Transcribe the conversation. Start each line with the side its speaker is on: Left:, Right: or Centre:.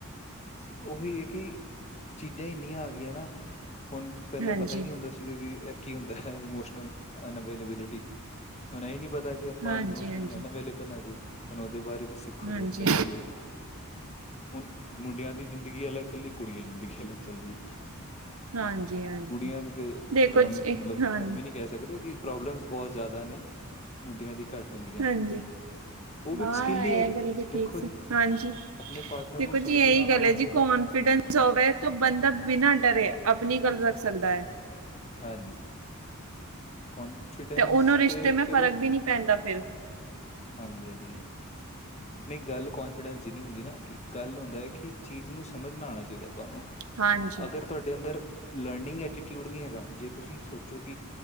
Left: ਉਹੀ ਹੈ ਕਿ ਚੀਜ਼ਾਂ ਇੰਨੀਆਂ ਆ ਗਈਆਂ ਨਾ ਹੁਣ ਪਹਿਲੇ
Right: ਹਾਂਜੀ,
Left: ਪਤਾ ਹੀ ਨਹੀਂ ਹੁੰਦਾ ਸੀਗਾ ਕਿ ਇਹ ਕੀ ਹੁੰਦਾ ਹੈ ਇਮੋਸ਼ਨਲ ਅਵੇਲੇਬਿਲ ਤੁਹਾਨੂੰ ਇਹ ਨੀ ਪਤਾ ਕਿ ਆਪਾਂ
Right: ਹਾਂਜੀ,
Left: ਇਮੋਸ਼ਨਲੀ
Right: ਹਾਂਜੀ।
Left: ਅਨ ਅਵੇਲੇਬਲ ਹਾਂ ਜੀ ਹੁਣ ਉਹਦੇ ਬਾਰੇ ਵੀ ਸਿੱ ਦੇਖੋ
Right: ਹਾਂਜੀ,
Left: ਜੀ ਅੱਛਾ ਕੀ ਐ ਹੁਣ ਮੁੰਡਿਆਂ ਦੀ ਜ਼ਿੰਦਗੀ ਅਲੱਗ ਚੱਲਦੀ ਕੁੜੀਆਂ ਦੀ ਜ਼ਿੰਦਗੀ ਅਲੱਗ ਚੱਲਦੀ
Right: ਹਾਂਜੀ,
Left: ਐ
Right: ਹਾਂਜੀ
Left: ਕੁੜੀਆਂ ਦੇ ਤੇ
Right: ਦੇਖੋ
Left: ਡਰਾਮੇ
Right: ਜੀ
Left: ਮਤਲਬ
Right: ਹਾਂਜੀ,
Left: ਡਰਾਮੇ ਨਹੀਂ ਕਹਿ ਸਕਦੇ ਕਿ ਪ੍ਰੋਬਲਮ ਬਹੁਤ ਜ਼ਿਆਦਾ ਨੇ ਮੁੰਡਿਆਂ ਦੀ ਘੱਟ ਹੁੰਦੀਆਂ।
Right: ਹਾਂਜੀ
Left: ਉਹ ਵੀ
Right: ਹਾਂ
Left: ਇੱਕ ਸਕਿੱਲ
Right: ਆ
Left: ਹੀ ਹੈ ਜੀ
Right: ਗੱਲ ਵੀ
Left: ਦੇਖੋ
Right: ਠੀਕ ਸੀ
Left: ਜੀ
Right: ਹਾਂਜੀ
Left: ਆਪਣੇ ਪਾਰਟਨਰ
Right: ਦੇਖੋ
Left: ਨੂੰ ਸਮਝਣਾ
Right: ਜੀ ਇਹੀ ਗੱਲ
Left: ਆਉਣਾ
Right: ਐ ਜੀ
Left: ਚਾਹੀਦਾ
Right: ਕੌਣ
Left: ਹੈ।
Right: ਕੌਂਫੀੜਵੰਸ ਹੋਵੇ ਤਾਂ ਬੰਦਾ ਬਿਨਾਂ ਡਰੇ ਆਪਣੀ ਗੱਲ ਰੱਖ ਸਕਦਾ ਐ
Left: ਹਾਂਜੀ ਕੋਨਫੀਡੈਂਸ
Right: ਤੇ ਉਹਨੂੰ ਰਿਸ਼ਤੇ
Left: ਤੇ
Right: ਮੈਂ
Left: ਚਲੋ
Right: ਫ਼ਰਕ ਵੀ ਨਹੀਂ ਪੈਂਦਾ ਫਿਰ
Left: ਹਾਂਜੀ-ਹਾਂਜੀ ਨਹੀਂ ਗੱਲ ਕੋਂਨਫੀਡੈਂਸ ਜਿੰਨੀ ਹੁੰਦੀ ਨਾ ਕਿ ਗੱਲ ਹੁੰਦਾ ਐ ਕਿ ਚੀਜ਼ ਨੂੰ ਸਮਝਨਾ ਆਉਣਾ ਚਾਹੀਦਾ ਤੁਹਾਨੂੰ
Right: ਹਾਂਜੀ,
Left: ਅਗਰ ਤੁਹਾਡੇ ਅੰਦਰ ਲਰਨਿੰਗ ਐਟੀਟਿਊਡ ਨਹੀਂ ਹੈਗਾ ਜੇ ਤੁਸੀਂ ਸੋਚੋ ਕਿ